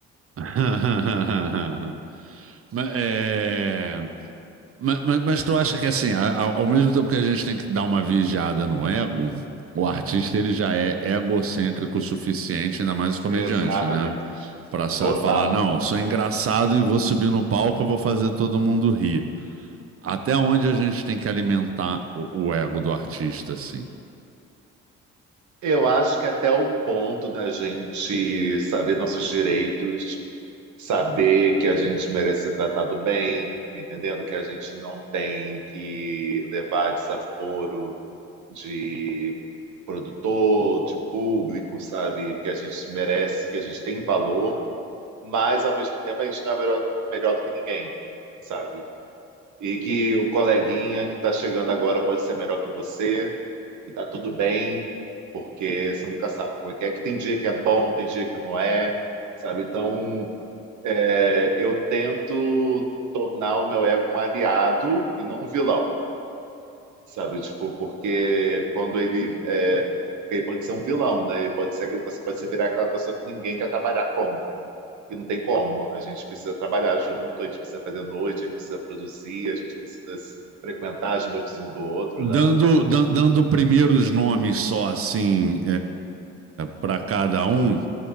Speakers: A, on the right; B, on the right.
A: <laughs> Mas, é... Mas, mas, mas tu acha que assim, a- a- ao mesmo tempo que a gente tem que dar uma vigiada no ego, o artista ele já é egocêntrico o suficiente, ainda mais
B: <laughs>
A: o comediante,
B: exatamente.
A: né? Pra só
B: Total.
A: falar, não, sou engraçado e vou subir no palco, eu vou fazer todo mundo rir. Até onde a gente tem que alimentar o, o ego do artista, assim?
B: Eu acho que até o ponto da gente saber nossos direitos saber que a gente merece ser tratado bem, tá entendendo? Que a gente não tem que levar desaforo de produtor, de público, sabe? Que a gente merece, que a gente tem valor, mas ao mesmo tempo a gente não é melhor, melhor do que ninguém, sabe? E que o coleguinha que está chegando agora pode ser melhor que você, e tá tudo bem, porque você nunca sabe como é que é, que tem dia que é bom, tem dia que não é, sabe? Então, é, eu tento tornar o meu ego um aliado e não um vilão, sabe? Tipo, porque quando ele é, ele pode ser um vilão, né? Ele pode ser você pode ser virar aquela pessoa que ninguém quer trabalhar com. E não tem como. A gente precisa trabalhar junto, a gente precisa fazer noite, a gente precisa produzir, a gente precisa s- frequentar as noites um do outro,
A: Dando,
B: né?
A: dan- dando primeiros nomes só assim para cada um,